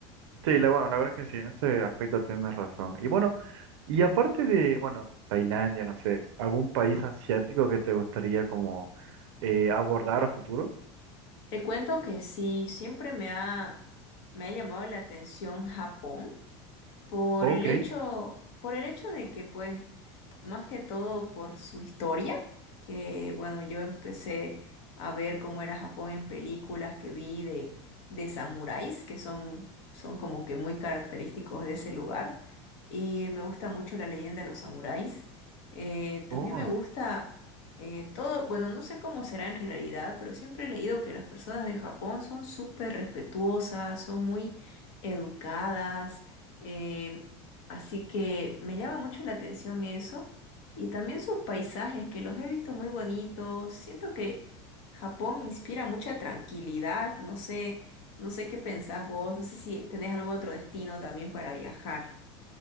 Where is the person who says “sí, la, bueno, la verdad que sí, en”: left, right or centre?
Right